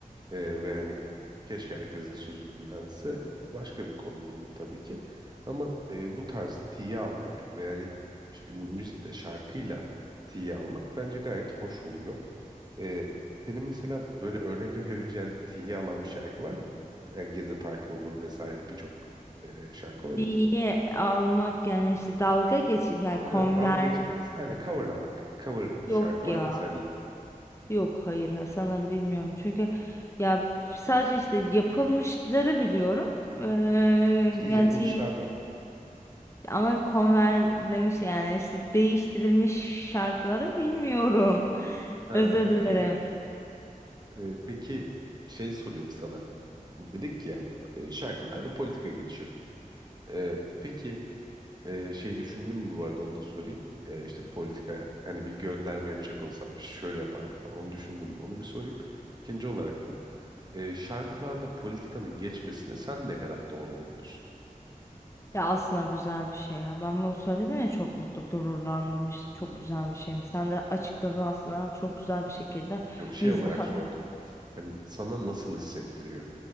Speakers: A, on the right; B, on the left.
A: Ee, ve hani keşke herkesin sözü dinlense. Başka bir konu bunun tabii ki. Ama e, bu tarz tiye almak ve hani ş- müzikle, şarkıyla tiye almak bence gayet hoş oluyor. Ee, senin mesela böyle örnek verebileceğin tiye alan bir şarkı var mı? Yani Gezi Parkı olur vesaire birçok e, şarkı olabilir.
B: Diye almak yani işte dalga geçin yani konverlem.
A: Aynen dalga geçmek mesela. Aynen coverlamak. Cover
B: Yok
A: şarkı var
B: ya.
A: mı mesela
B: Yok hayır ha, sanırım bilmiyorum. Çünkü ya sadece işte yapılmışları biliyorum. Ee,
A: İşte yapılmışlardan.
B: yani T- ama konverlemiş yani işte değiştirilmiş şarkıları bilmiyorum. <laughs>
A: Ha,
B: Özür dilerim.
A: okey. Ee, peki şey sorayım sana. Dedik ya e, şarkılarda politika geçiyor. Ee, peki e, şey düşündün mü bu arada onu da sorayım. Ee, işte politika hani bir gönderme yapacak olsam işte şöyle yapardım falan onu düşündün mü? Onu bir sorayım. İkinci olarak da e, şarkılarda politikanın geçmesini sen ne kadar doğru buluyorsun?
B: Ya aslında güzel bir şey ya. Ben bunu söyledim ya çok mutlu, gururlandım işte çok
A: Hı hı.
B: güzel bir şeymiş. Sen de açıkladın aslında çok güzel bir şekilde.
A: Yok şey
B: Mizaha
A: olarak sordum. Hani sana nasıl hissettiriyor?